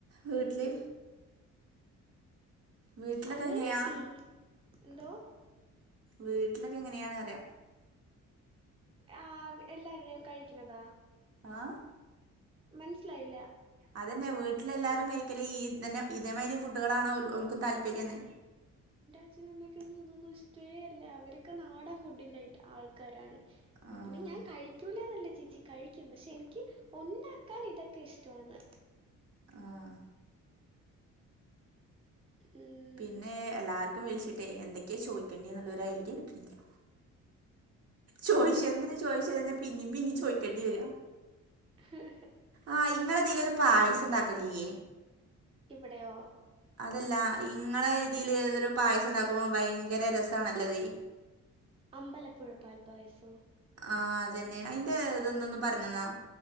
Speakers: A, on the right; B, on the right.
A: വീട്ടില് വീട്ടിലൊക്കെ
B: അങ്ങനെ
A: എങ്ങനെയാ
B: തീ എന്തോ
A: വീട്ടിലൊക്കെ എങ്ങനെയാണ് പറിയ
B: ആഹ് എല്ലാരുടെയും കഴിക്കുന്നതാ
A: ആഹ്
B: മനസ്സിലായില്ല
A: അതന്നെ വീട്ടിലെ എല്ലാരും കഴിക്കലേ ഈ ഇതന്നെ ഇതേമാതിരി ഫുഡുകളാണോ ഒൽക്കും താല്പര്യംന്നെ
B: അച്ഛൻ അമ്മയ്ക്കൊന്നും ഇതൊന്നും ഇഷ്ടേ അല്ല അവരൊക്കെ നാടൻ ഫുഡിന്റെ യിട്ട് ആൾക്കാരാണ്
A: ആഹ്
B: എടി ഞാൻ കഴിക്കൂലന്നല്ല ചീച്ചി കഴിക്കും പക്ഷെ എനിക്ക് ഉണ്ടാക്കാൻ ഇതൊക്കെ ഇഷ്ടമാണ്
A: ആഹ്
B: ഉം
A: പിന്നെ എല്ലാവർക്കും വിളിച്ചിട്ടെ എന്തൊക്കെയ ചോദിക്കണ്ടത് എന്നുള്ളൊരു ഐഡിയ കിട്ടുന്നില്ല ചോദിച്ചന്നെ
B: ഉം
A: ചോദിച്ചന്നെ പിന്നെയ പിന്നെ ചോദിക്കേണ്ടി വര
B: ഹ ഹ്ഹ
A: ആഹ് ഇങ്ങളെ ഇതില് ഒരു പായസം ഉണ്ടാക്കലില്ലേ
B: ഇവിടെയോ
A: അതല്ല ഇങ്ങളെ ഇതിൽ ഒരു പായസം ഉണ്ടാക്കുമ്പോ ഭയങ്കര രസണല്ലതെ
B: അമ്പലപ്പുഴ പാൽപായസം
A: ആഹ് അതന്നെ അയിന്റെ ഇതൊന്ന് ഒന്ന് പറഞ്ഞന്നാ